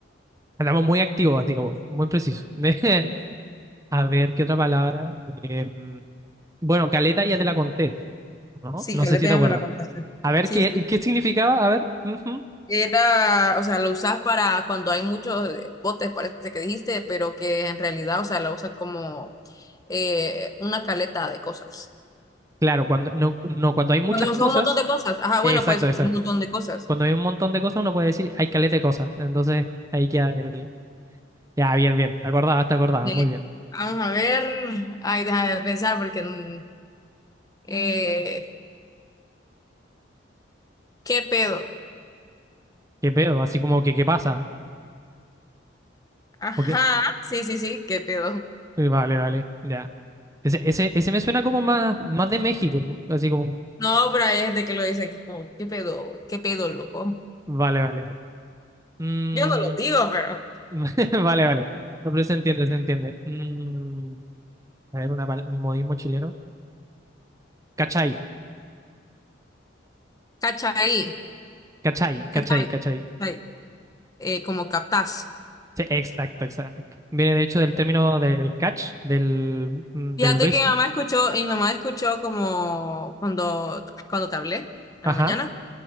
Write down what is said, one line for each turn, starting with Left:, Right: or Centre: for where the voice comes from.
Right: Andamos muy activos, así como, muy preciso. <laughs> A ver, ¿qué otra palabra? Eh, mm, bueno, caleta ya te la conté. No,
Left: Sí,
Right: no
Left: que
Right: sé
Left: le
Right: si te acuerdas.
Left: me la contaste.
Right: A ver,
Left: Sí,
Right: ¿qué,
Left: sí.
Right: qué significaba? A ver. ujú.
Left: Era, o sea, lo usas para cuando hay muchos botes, parece que dijiste, pero que en realidad, o sea, la usas como eh, una caleta de cosas.
Right: Claro, cuando, no, no, cuando hay muchas
Left: Cuando
Right: cosas.
Left: son un montón de cosas. Ajá, bueno,
Right: Exacto,
Left: pues un
Right: exacto.
Left: montón de cosas.
Right: Cuando hay un montón de cosas, uno puede decir, hay caleta de cosas. Entonces, ahí queda el... Ya, bien, bien. Te acordabas, te acordabas.
Left: Eh,
Right: Muy bien.
Left: vamos a ver. Ay, deja de pensar porque mm, eh, ¿qué pedo?
Right: ¿Qué pedo? Así como que, ¿qué pasa?
Left: Ajá,
Right: ¿O qué?
Left: sí, sí, sí, ¿qué pedo?
Right: Eh, Vale, vale. Ya. Ese, ese, ese me suena como más, más de México. Así como...
Left: No, pero hay gente que lo dice aquí como, ¿qué pedo? ¿Qué pedo, loco?
Right: Vale, vale. Mm,
Left: Yo no lo digo, pero.
Right: <laughs> Vale, vale. No, pero se entiende, se entiende. Mm, A ver, una, pal- un modismo chileno. Cachai,
Left: ¿Cachai?
Right: cachai,
Left: ¿Cachai?
Right: cachai, cachai.
Left: ¿Cachai? Eh, como captás.
Right: Sí, exacto, exacto. Viene de hecho del término del catch, del, mm,
Left: Fíjate
Right: del béisbol.
Left: que mi mamá escuchó, y mi mamá escuchó como cuando, cuando te hablé en
Right: Ajá.
Left: la mañana.